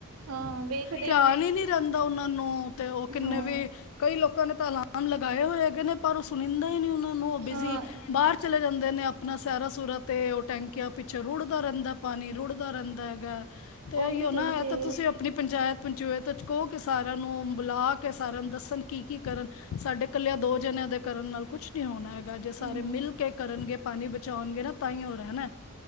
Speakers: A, on the right (about 70°); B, on the left (about 65°).
A: ਹਾਂ ਵੇਖ
B: ਧਿਆਨ ਈ ਨੀ ਰੈਂਦਾ ਓਨਾਂ ਨੂੰ ਤੇ ਓ ਕਿੰਨੇ
A: ਹਾਂ
B: ਵੀ ਕਈ ਲੋਕਾਂ ਨੇ ਤਾਂ ਅਲਾਰਮ ਲਗਾਯਾ ਹੋਯਾ। ਨੇ ਪਰ ਓ ਸੁਣਦਾ ਈ ਨੀ ਓਨਾਂ ਨੂੰ ਓ ਬਿਜ਼ੀ
A: ਹਾਂ
B: ਬਾਰ ਚਲੇ ਜਾਂਦੇ ਨੇ ਆਪਣਾ ਸੈਰਾ-ਸੂਰਾ ਤੇ ਓ ਟੈਂਕੀਆਂ ਪਿੱਛੇ ਰੁੜਦਾ ਰੈਂਦਾ ਪਾਨੀ ਰੁੜਦਾ ਰੈਦਾ ਹੈਗਾ ਤੇ ਐ
A: ਉਹੀ
B: ਇਓ ਨਾ
A: ਗੱਲ
B: ਐ ਤੇ ਤੁਸੀਂ
A: ਯਾਰ।
B: ਅਪਣੀ ਪੰਚਾੲਤ-ਪੰਚੁਏਤ ਚ ਕੋ ਕੀ ਸਾਰਿਆਂ ਨੂੰ ਬੁਲਾ ਕੇ ਸਾਰੇਆਂ ਨੂੰ ਦੱਸਣ ਕੀ-ਕੀ ਕਰਨ ਸਾਡੇ ਕੱਲਿਆਂ ਦੋ ਜਣਿਆਂ ਦੇ ਕਰਨ ਨਾਲ ਕੁਛ ਨੀ ਹੋਣਾ ਹੈਗਾ ਜੇ ਸਾਰੇ
A: ਹਮ
B: ਮਿਲ ਕੇ ਕਰਨਗੇ ਪਾਨੀ ਬਚਾਓਗੇਂ ਨਾ ਤਾਂਈ ਓ ਰੈਣਾ।